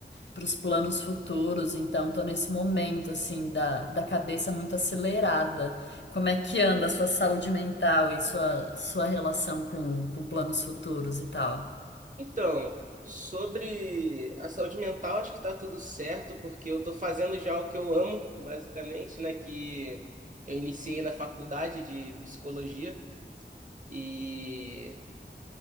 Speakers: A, on the left (about 70°); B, on the right (about 45°).
A: para os planos futuros, então tô nesse momento, assim, da, da cabeça muito acelerada. Como é que anda a sua saúde mental e sua, sua relação com, com planos futuros e tal?
B: Então, sobre a saúde mental, acho que tá tudo certo, porque eu tô fazendo já o que eu amo, basicamente, né? Que eu iniciei na faculdade de psicologia e